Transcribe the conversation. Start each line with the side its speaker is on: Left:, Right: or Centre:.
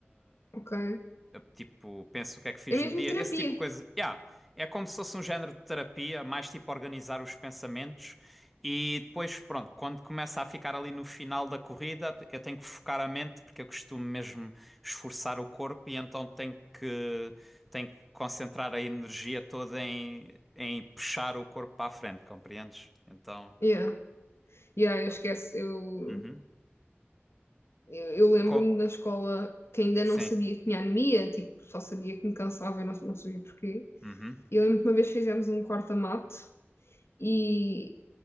Left: Ok?
Centre: tipo penso o que é que fiz
Left: É mesmo
Centre: no dia,
Left: terapia.
Centre: esse tipo de coisa. Yeah, é como se fosse um género de terapia, mais tipo organizar os pensamentos e depois pronto, quando começa a ficar ali no final da corrida, eu tenho que focar a mente porque eu costumo mesmo esforçar o corpo e então tenho que tem que concentrar a energia toda em, em puxar o corpo para a frente, compreendes? Então,
Left: Yeah. Yeah,
Centre: pronto.
Left: eu esqueço. Eu
Centre: Uhum.
Left: Eu, eu lembro-me
Centre: Co-
Left: na escola que ainda
Centre: Sim.
Left: não sabia que tinha anemia, tipo, só sabia que me cansava e não, não sabia porquê.
Centre: Uhum.
Left: E eu lembro que uma vez fizemos um corta-mate e,